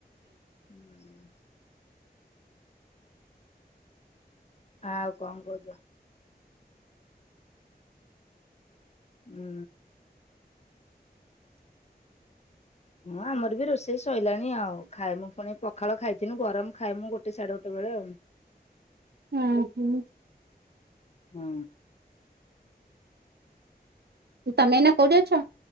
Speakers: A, on the left; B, on the right.
A: ହୁଁ <inaudible> ହଁ ଆଉ କଣ କହୁଛ? ହୁଁ। ହଁ ଆମର ବି ରୋଷେଇ ସଇଲାଣି ଆଉ ଖାଇବୁ ପୁଣି? ପଖାଳ ଖାଇଥୀନୁ ଗରମ ଖାଇମୁ ଗୋଟେ ସାଢ଼େ ଗୋଟେ ବେଳେ ଆଉ।
B: ହୁଁ ହୁଁ।
A: ହୁଁ।
B: ତମେ ଏଇନା କୋଉଠି ଅଛ